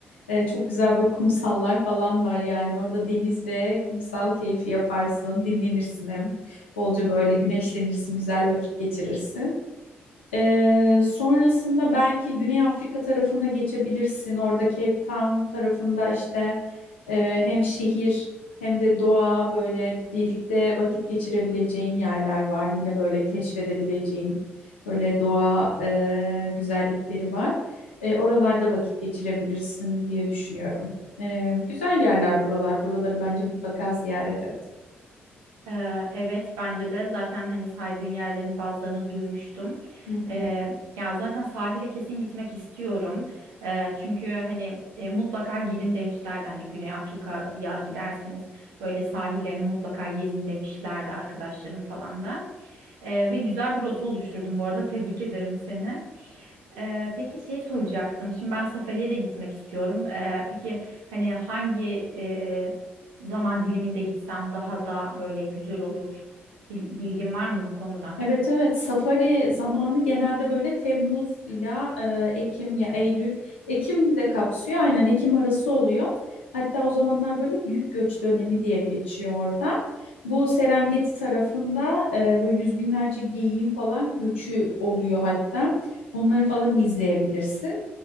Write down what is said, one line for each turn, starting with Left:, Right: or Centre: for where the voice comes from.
Left: e, çok güzel böyle kumsallar falan var yani orada deniz ve kumsal keyfi yaparsın dinlenirsin hem bolca böyle güneşlenirsin güzel vakit geçirirsin. Ee, sonrasında belki Güney Afrika tarafına geçebilirsin. Orada Cape Town tarafında işte e, hem şehir hem de doğa böyle birlikte vakit geçirebileceğin yerler var. Yine böyle keşfedebileceğin böyle doğa e, güzellikleri var. E, oralarda vakit geçirebilirsin diye düşünüyorum. E, güzel yerler buralar. Buraları bence mutlaka ziyaret et.
Right: Ee, Evet bence de zaten hani saydığın yerlerin bazılarını duymuştum.
Left: Hı hı.
Right: Ee, ya zaten sahile kesin gitmek istiyorum. Ee, çünkü hani e, mutlaka gidin demişlerdi hani Güney Afrika'ya giderseniz böyle sahillerini mutlaka gezin demişlerdi arkadaşlarım falan da. Ee, ve güzel bir rota oluşturdum bu arada tebrik ederim seni. Ee, peki şey soracaktım. Şimdi ben Safari'ye de gitmek istiyorum. Ee, peki hani hangi e, zaman diliminde gitsem daha da böyle güzel olur? Bil- Bilgin var mı bu konuda?
Left: Evet evet safari zamanı genelde böyle Temmuz ila e, Ekim ya Eylül Ekim de kapsıyor aynen Ekim arası oluyor. Hatta o zamanlar böyle büyük göç dönemi diye geçiyor orada. Bu Serengeti tarafında e, böyle yüz binlerce geyiğin falan göçü oluyor hatta. Onları falan izleyebilirsin.